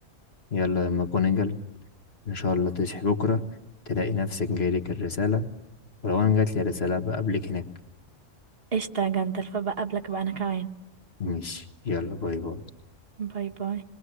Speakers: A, on the left (about 55°); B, on the right (about 50°).
A: يلا يا ماكونيجل ان شاء الله تصحي بكرة تلاقي نفسك جايلك الرسالة ولو انا جاتلي الرسالة بقابلك هناك
B: قشطة يا جندلف بقى قبلك بقى انا كمان
A: ماشي يلا باي باي
B: باي باي